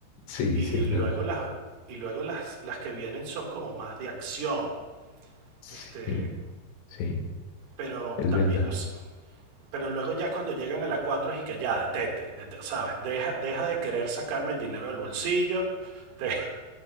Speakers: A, on the left (about 85°); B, on the right (about 65°).
A: sí,
B: Y
A: sí, es
B: luego
A: verdad.
B: las, y luego las, las que vienen son como más de acción.
A: Sí,
B: Este,
A: sí,
B: pero
A: es
B: también,
A: verdad.
B: o s- pero luego ya cuando llegan a la 4 es y que ya, detete, dete- ¿sabes? Deja, deja de querer sacarme el dinero del bolsillo, <laughs> de-